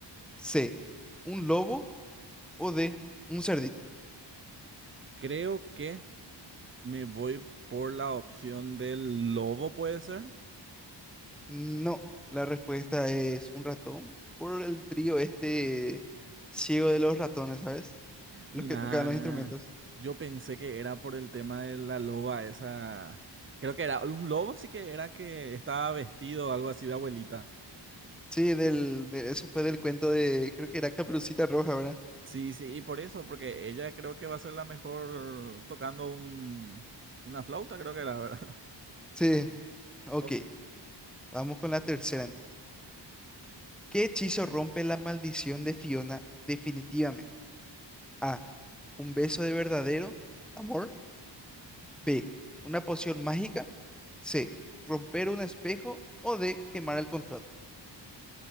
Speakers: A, in the centre; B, on the right (about 30°).
A: C. Un lobo. O D. Un cerdito.
B: Creo que me voy por la opción del lobo, ¿puede ser?
A: No, la respuesta es un ratón por el trío este ciego de los ratones, ¿sabes?
B: Mira,
A: Los que tocaban los Ah, instrumentos.
B: yo pensé que era por el tema de la loba esa. Creo que era un lobo, sí que era que estaba vestido algo así de abuelita.
A: Sí, del, de- ese fue del cuento de, creo que era Caperucita Roja, ¿verdad?
B: Sí, sí, y por eso, porque ella creo que va a ser la mejor tocando un, una flauta, creo que era, ¿verdad?
A: Sí,
B: <laughs>
A: ok,
B: O-
A: vamos con la tercera entonces. ¿Qué hechizo rompe la maldición de Fiona definitivamente? A, un beso de verdadero amor. B, una poción mágica. C, romper un espejo. O D, quemar el contrato.